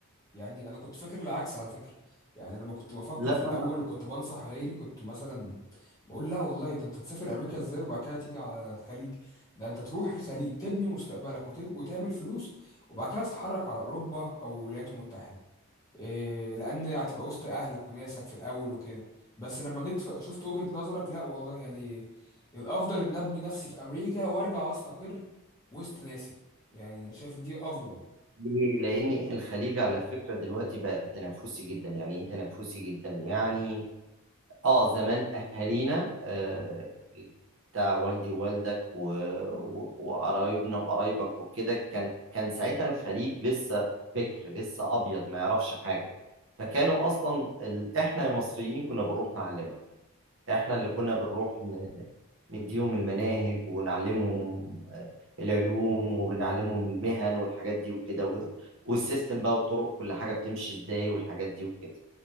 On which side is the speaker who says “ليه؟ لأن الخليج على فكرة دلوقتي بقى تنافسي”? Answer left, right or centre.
Right